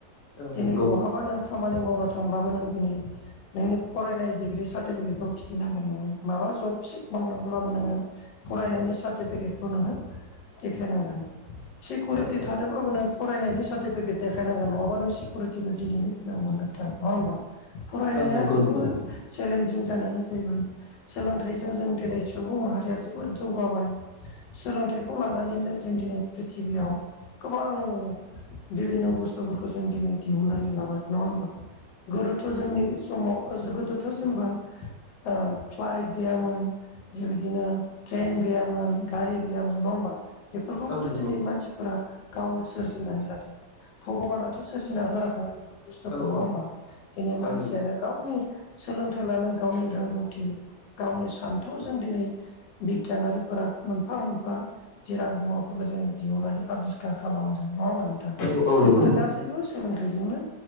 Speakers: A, on the left; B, on the left.
A: औ
B: दिनै
A: नंगौ
B: बहाबा नों खामानि मावनो थांब्लाबो नों दिनै नोंनि फरायनाय डिग्रि सार्टिफिकेटाव खिथिनांगोन नङा माबा जब मावनोब्लाबो नोङो फरायनायनि सार्टिफिके बेखौ नोङो देखाय नांगोन सेकिउरिटि
A: औ औ
B: थानोबाबो नो फरायनायनि सार्टिफिकेट देखायनांगोन नङाबा नों सिकिउरिटिबो दिनैनि दिनाव मोनो थान नङा होमबा? फरायनाया
A: औ नंगौ
B: जोबोद
A: नंगौ
B: चेलेन्जिं जानानै फैबाय सोलोंथाइजों जों दिनै सुबुं माहारिया जोबोद जौगाबाय सोलोंथाइखौ लानानैनो जों दिनै प्रिथिबियाव गोबां बिभिन्न' बुस्थुफोरखौ जों दिनै दिहुननानै लाबाय नङा होमबा गो दोथ' जोंनि समाव गोदोथ' जोंबो ओ फ्लाइट गैयामोन बेबायदिनो ट्रेन गैयामोन गारि गैयामोन नङा होमबा बेफोरखौबोथ'
A: औ नंगौ
B: जोंनि मानसिफोरा गावनो सोरजिनानै लादों। भगबानाथ' सोरजिना होआखैमोन बेफोर बुस्थुखौ
A: औ
B: नङा
A: औ
B: होमबा दिनै मानसियानो
A: औ नंगौ
B: गावनि सोलोंथाइ लानो गावनि रोंगौथि गावनि सान्थौजों दिनै बिगियानारिफोरा मोनफा मोनफा जिराद मुवाफोरखौ जों दिहुननानै आबिस्कखार खालामदोंमोन नङा होमबाला नों थां
A: औ औ
B: बेफोरो
A: नंगौ
B: गासैबो सोलोंथाइजोंनो नों